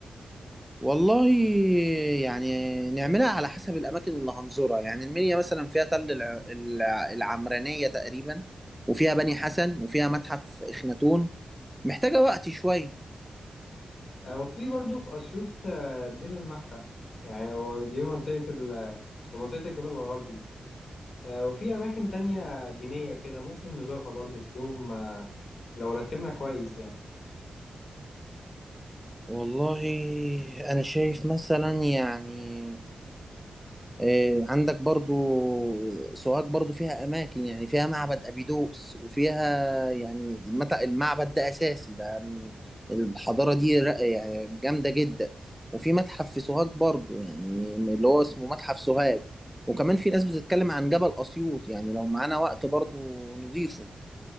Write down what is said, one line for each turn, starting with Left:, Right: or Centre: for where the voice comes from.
Centre: والله يعني نعملها على حسب الأماكن اللي هنزورها يعني المنيا مثلا فيها تل الع- الع- العمرانية تقريبا وفيها بني حسن وفيها متحف إخناتون محتاجة وقت شوية
Left: أو في برضو في أسيوط آه، دير المحرق يعني هو دي منطقة ال منطقة الجبل الغربي آه، وفي أماكن تانية دينية كده ممكن نزورها برضو في يوم آه، لو رتبنا كويس يعني
Centre: والله أنا شايف مثلا يعني آه، عندك برضو سوهاج برضو فيها أماكن يعني فيها معبد أبيدوس وفيها يعني المت- المعبد ده أساسي ده من- الحضارة دي ر- يعني جامدة جدا وفي متحف في سوهاج برضو يعني اللي هو اسمه متحف سوهاج وكمان في ناس بتتكلم عن جبل أسيوط يعني لو معانا وقت برضو نضيفه